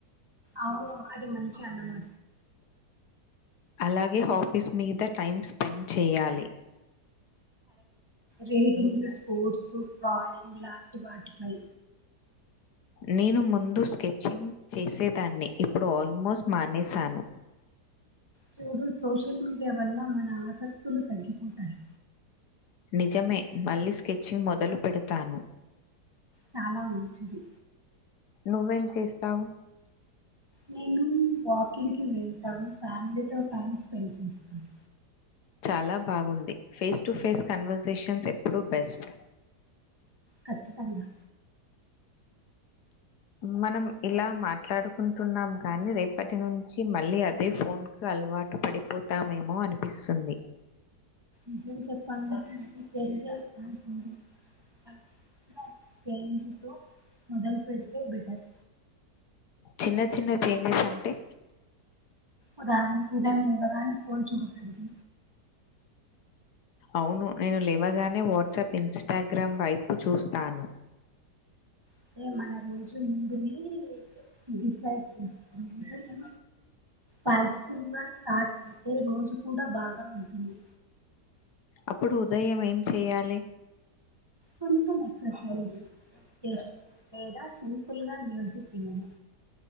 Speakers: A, on the right (about 15°); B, on the left (about 75°).
A: అవును అది మంచి అన్నమా
B: అలాగే ఆఫీస్ మీద టైం స్పెండ్ చేయాలి
A: రీడింగ్ స్పోర్ట్స్ <inaudible> లాంటి వాటిపై
B: నేను ముందు స్కెచ్చింగ్ చేసేదాన్ని ఇప్పుడు ఆల్మోస్ట్ మానేశాను
A: చూడు సోషల్ మీడియా వల్ల మన ఆసక్తులు తగ్గిపోతాయి
B: నిజమే మళ్ళీ స్కెచింగ్ మొదలు పెడతాను
A: చాలా మంచిది
B: నువ్వేం చేస్తావు
A: నేను వాకింగ్ వెళ్తాను ఫ్యామిలీతో టైం స్పెండ్ చేస్తాను
B: చాలా బాగుంది ఫేస్ టు ఫేస్ కన్వర్సేషన్స్ ఎప్పుడు బెస్ట్
A: ఖచ్చితంగా
B: మనం ఇలా మాట్లాడుకుంటున్నాం కాని రేపటి నుంచి మళ్ళీ అదే ఫోన్ కు అలవాటు పడిపోతామేమో అనిపిస్తుంది
A: నిజం చెప్పాలంటే <unintelligible> మొదలు పెడితే బెటర్
B: చిన్న చిన్న చేంజెస్ అంటే
A: ఉదాహరణకు ఉదయం లేవగానే ఫోన్ చూడకూడదు
B: అవును నేను లేవగానే వాట్సాప్ ఇన్స్టాగ్రామ్ వైపు చూస్తాను
A: అంటే మన రోజు ముందుని డిసైడ్ చేస్తారు పాజిటివ్ గా స్టార్ట్ అయితే రోజు కూడా బాగా ఉంటుంది
B: అప్పుడు ఉదయం ఏం చెయ్యాలి
A: కొంచెం ఎక్సర్సైజ్ మెడిటేషన్ లేదా సింపుల్గా మ్యూజిక్ వినడం